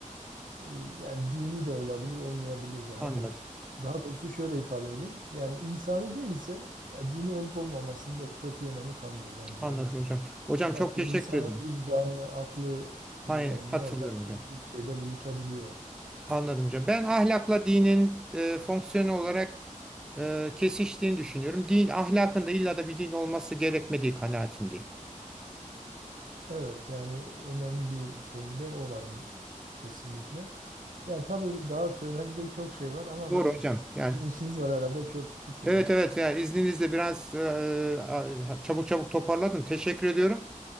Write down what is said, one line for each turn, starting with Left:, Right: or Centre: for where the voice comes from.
Right: e, e, yani dini de olabilir, olmayabilir de. Hani
Centre: Anladım.
Right: daha doğrusu şöyle ifade edeyim. Yani insani değilse ya dini olup olmamasının da çok bir önemi kalmıyor bence.
Centre: Anladım
Right: Hani
Centre: hocam. Hocam çok
Right: yani çünkü
Centre: teşekkür
Right: insanın
Centre: ederim.
Right: vicdanı, aklı
Centre: Hayır,
Right: e, yani
Centre: katılıyorum
Right: normal
Centre: hocam.
Right: bir şeyde buluşabiliyor.
Centre: Anladım hocam. Ben ahlakla dinin e, fonksiyon olarak e, kesiştiğini düşünüyorum. Din ahlakın da illa da bir din olması gerekmediği kanaatindeyim.
Right: Evet yani önemli bir şeyinde o var kesinlikle. Ya tabii daha söylenecek çok şey var ama
Centre: Doğru
Right: ben
Centre: hocam. Yani
Right: sizin işiniz var herhalde çok tutmayayım.
Centre: evet evet yani izninizle biraz e, a- çabuk çabuk toparladım. Teşekkür ediyorum.